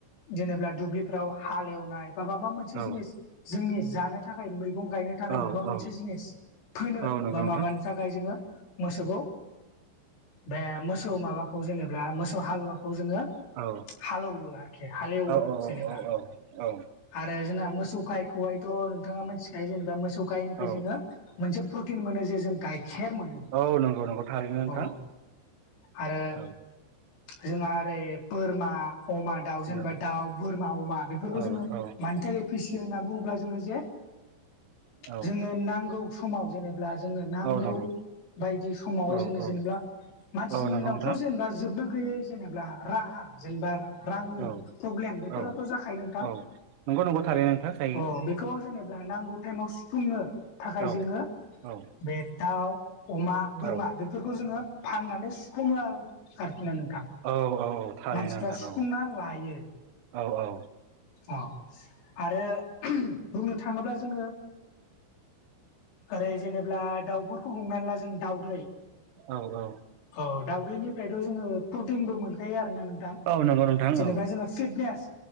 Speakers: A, on the left (about 75°); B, on the right (about 85°).
A: जेनेबा दुब्लिफ्राव हालेवनाय बा माबा मोनसे
B: औ
A: जिनिस जोंनि जानो थाखाय मैगं गायनो थाखाय
B: औ
A: माबा मोनसे
B: औ
A: जिनिस फोनो
B: औ नंगौ
A: बा
B: नोंथां
A: माबा मोनसे थाखाय जोङो मोसौखौ बे मोसौ माबाखौ जेनेबा मोसौ हालुवाखौ खौ जोङो
B: औ
A: हालौवो आरोखि हालेवो
B: औ औ औ
A: जेनेबा
B: औ औ
A: आरो जोंना मोसौ गायखौहायथ' नोंथाङा मिथिखायो जेनेबा मोसौ गायनिफ्राय
B: औ
A: जोङो मोनसे प्रटिन मोनो जे जों गाइखेर मोनो।
B: औ नंगौ नंगौ थारैनो नोंथां
A: अ आरो
B: औ।
A: जोंहा ओरै बोरमा अमा दाउ जेनेबा
B: औ
A: दाउ बोरमा अमा बेफोरखौ
B: औ
A: जोङो
B: औ
A: मानि थाखाय पिसियो होनना बुङोब्ला जोङो जे
B: औ
A: जोंनो नांगौ। समाव जेनेब्ला जोंनो नांगौ
B: औ नंगौ
A: बायदि समावहाय
B: औ
A: जोङो
B: औ
A: जेनेब्ला मानसिनावथ'
B: औ नंगौ नोंथां
A: जेनेबा जोबनो गैयै जेनेब्ला राहा जेनेबा रांनि
B: औ
A: प्रब्लेम बेफोराथ'
B: औ
A: जाखायो नोंथां
B: औ नंगौ नंगौ थारैनो नोंथां जायो
A: <unintelligible> बे खौ जेनेब्ला नांगौ टाइमाव सुफुंनो थाखाय
B: औ
A: जोङो
B: औ
A: बे दाउ अमा बोरमा
B: औ
A: बेफोरखौ जोङो फाननानै सुफुङो आरोखि ना नोंथां
B: औ औ। थारैनो
A: मानसिफ्रा
B: नोंथां
A: सुफुंना
B: औ
A: लायो।
B: औ औ
A: अ आरो बुंनो थाङोब्ला जोङो। ओरै जेनेब्ला दाउफोरखौ बुंनानै ला जों दाउदै
B: औ औ।
A: औ दाउदैनिफ्रायथ' जोङो प्रटिनबो मोनखायो आरो ना नोंथां।
B: औ नंगौ नोंथां
A: जेनेबा
B: औ
A: जोङो फिटनेस